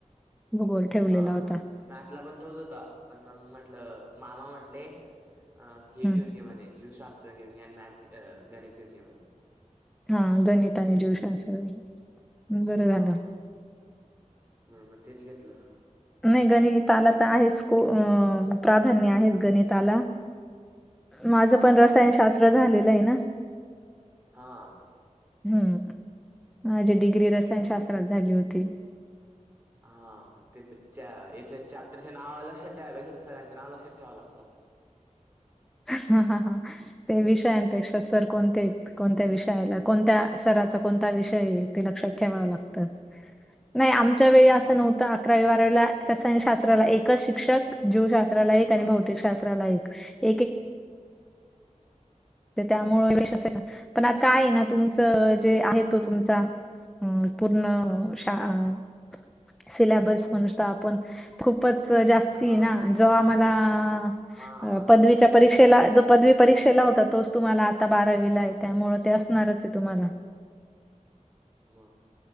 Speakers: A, in the centre; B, on the right.
A: भूगोल ठेवलेला
B: हा
A: होता.
B: मॅथ ला पण तोच होता पण मग म्हटलं मामा म्हटले अ हे
A: हम्म
B: घेऊन घे म्हणे जीवशास्त्र घेऊन घे आणि मॅथ गणित घेऊन घे म्हणे
A: हा गणित आणि जीवशास्त्र बरं
B: हा
A: झालं.
B: म्हणून मग तेच घेतलं
A: नाही गणिताला त आहेच को प्राधान्य आहेच गणिताला माझं
B: हा
A: पण रसायनशास्त्र झालेलं आहे ना
B: हा
A: हम्म माझी डिग्री रसायनशास्त्रात
B: ते मग
A: झाली होती
B: हा ते प च्या- याच्या चॅप्टरच्या नाव लक्षात ठेवापेक्षा पुस्तकांचे नाव लक्षात ठेवा लागतात
A: हा- हा -हा ते विषयांपेक्षा सर कोणते कोणत्या विषयाला कोणत्या सराचा
B: हा
A: कोणता विषय ते लक्षात ठेवावं लागत नाही आमच्या वेळी असं
B: मग
A: नव्हतं अकरावी बारावीला रसायनशास्त्राला एकच शिक्षक जीवशास्त्राला एक
B: हा
A: आणि भौतिकशास्त्राला एक एक एक त्यामुळ पण आ काय ना तुमचं जे हे तो तुमचा अ पूर्ण शा अ सिलेबस म्हणस आपण खूपच जास्ती
B: हा
A: ना जेव्हा आमला
B: हा म्हणून
A: पदवीच्या परीक्षेला जो पदवी परीक्षेला होता तोच तुम्हाला आता बारावीला आहे त्यामुळ ते असणारच आहे तुम्हाला
B: मग-